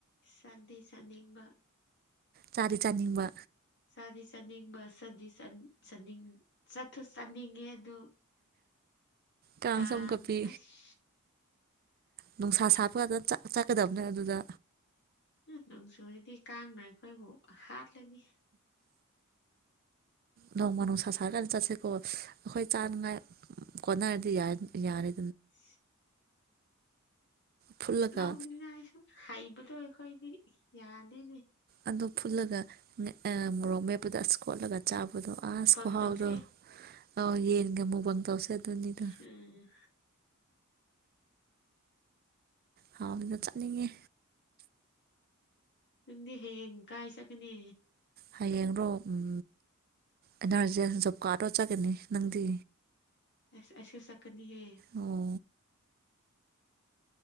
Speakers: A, on the left (about 55°); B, on the right (about 45°).
A: ꯆꯗꯤ ꯁꯥꯅꯤꯡꯕ
B: ꯆꯔꯤ ꯆꯔꯅꯤꯡꯕ
A: ꯁꯥꯗꯤꯆꯥꯅꯤꯡꯕ ꯁꯥꯗꯤꯁ꯫ ꯆꯠ ꯆꯅꯤꯡ ꯆꯠꯊꯨ ꯆꯠꯅꯤꯡꯉꯦ ꯑꯗꯨ꯫
B: ꯀꯥꯡꯁꯨ
A: ꯇꯥꯡ
B: ꯑꯃꯨꯛꯀ ꯄꯤ
A: ꯑꯁ꯫
B: ꯅꯨꯡꯁꯥ ꯁꯥꯄꯗ ꯆꯠ ꯆꯠꯀꯗꯕꯅꯦ ꯑꯗꯨꯗ꯫
A: ꯎꯝ ꯅꯨꯡꯁꯨꯗꯤ ꯀꯥꯡꯅ ꯑꯩꯈꯣꯏꯕꯨ ꯍꯥꯠ꯫ ꯂꯝꯃꯤ꯫
B: ꯅꯣꯡꯃꯅꯨꯁ ꯁꯥꯥꯒꯥꯟ ꯆꯠꯁꯦ ꯀꯣ꯫ ꯑꯈꯣꯏ ꯆꯥꯅꯉꯥꯏ ꯀꯣꯟꯅꯔꯗꯤ ꯌꯥꯏ꯫ ꯌꯥꯔꯦ꯫
A: ꯫
B: ꯐꯨꯠꯂꯒ
A: ꯂꯥꯎꯅꯤꯡꯉꯥꯏꯁꯨꯝ ꯍꯥꯏꯕ꯫ ꯑꯗꯨ ꯑꯈꯣꯏꯗꯤ ꯌꯥꯗꯦꯅꯦ꯫
B: ꯑꯗꯨ ꯐꯨꯠꯂꯒ ꯃꯣꯔꯣꯛ ꯑꯥ ꯃꫭꯔꫭꯛꯃ‌ꯦꯠꯄꯗꫭ ꯑꯁ ꯈꯣꯠꯂꯒ꯫ ꯆꯥꯕꯗꫭ ꯑꯁ
A: ꯃꯨꯛꯕꯥꯡ
B: ꯈꯨꯍꯥꯎꯗꫭ꯫
A: ꯇꯧꯁꯦ
B: ꯑꯥ ꯌꯦꯟꯒꯃꯨꯛꯕꯥꯡ ꯇꯧꯁꯦ꯫ ꯑꯗꯨꯅꯤꯗ
A: ꯍꯨꯝ꯫
B: ꯍꯥꯎꯅꯗ ꯆꯥꯅꯤꯡꯉꯦ꯫
A: ꯅꯪꯗꯤ ꯍꯌꯦꯡ ꯀꯥꯏ ꯆꯠꯅꯤ꯫
B: ꯍꯌꯦꯡꯔꯣ ꯎꯝ ꯑꯦꯟ ꯑꯥꯔꯖꯤꯁ ꯖꯣꯕ ꯀꯥꯔꯗ ꯆꯅꯤ ꯅꯪꯗꯤ꯫
A: ꯑꯦꯁ ꯑꯦꯁ‌ ꯁꯞ꯫ ꯀꯅꯤꯍꯦ꯫
B: ꯑꯣ